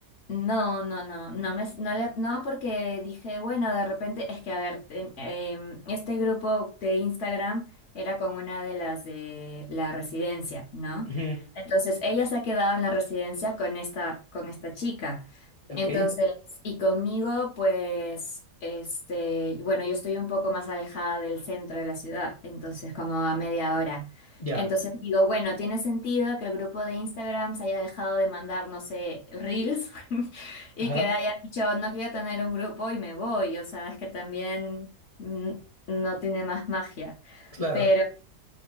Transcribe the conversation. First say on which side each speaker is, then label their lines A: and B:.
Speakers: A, on the left; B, on the left.
A: No, no, no, no me, no le- no porque dije, bueno, de repente, es que a ver, ten- em, este grupo de Instagram era con una de las de la residencia, ¿no?
B: Ujú,
A: Entonces ella se ha quedado en la residencia con esta, con esta chica.
B: Ok,
A: Entonces, y conmigo, pues, este, bueno, yo estoy un poco más alejada del centro de la ciudad, entonces como a media hora.
B: ya.
A: Entonces digo, bueno, tiene sentido que el grupo de Instagram se haya dejado de mandar, no sé, reels <laughs> y
B: Ajá,
A: que haya dicho, no quiero tener un grupo y me voy. O sea, es que también mm, no tiene más magia.
B: claro.
A: Pero,